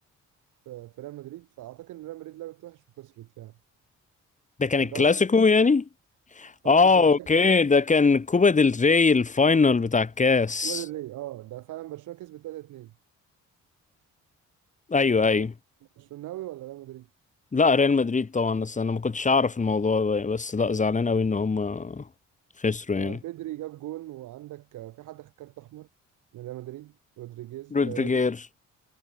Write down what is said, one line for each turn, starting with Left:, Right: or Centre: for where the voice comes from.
Right: في, في ريال مدريد فاعتقد ان ريال مدريد لعبت وحش وخسرت يعني
Left: ده كان الكلاسيكو
Right: انت اصلا
Left: يعني
Right: اه
Left: اه
Right: انت بتشجع
Left: اوكي
Right: ريال
Left: ده كان كوبا ديل ري الفاينل بتاع الكاس
Right: كوبا del Rey. اه ده فعلا برشلونه كسبت 3-2
Left: ايوه
Right: انت
Left: ايوه
Right: برشلوناوي ولا ريال مدريد
Left: لا ريال مدريد طبعا بس انا ما كنتش اعرف الموضوع ده بس لا زعلان قوي ان هم خسروا
Right: ده
Left: يعني
Right: بيدري جاب جون وعندك آه، في حد خد كارت احمر من ريال مدريد رودريجيز
Left: رودريجير
Right: آه، روديج-